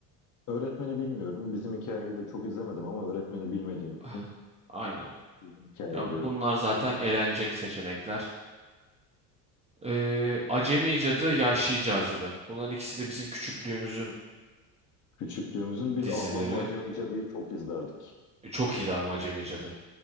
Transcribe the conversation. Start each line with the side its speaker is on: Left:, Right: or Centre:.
Left: Öğretmeni bilmiyorum. Bizim hikayeyi de çok izlemedim ama öğretmeni bilmediğim
Right: Ah,
Left: için
Right: Aynen.
Left: bizim hikaye
Right: Ya
Left: diyorum.
Right: bunlar zaten elenecek seçenekler. Ee, Acemi Cadı, Yahşi Cazibe. Bunların ikisi de bizim küçüklüğümüzün
Left: Küçüklüğümüzün biz
Right: dizileri.
Left: Ablamla Acemi Cadı'yı çok izlerdik.
Right: E, Çok iyiydi ama Acemi Cadı.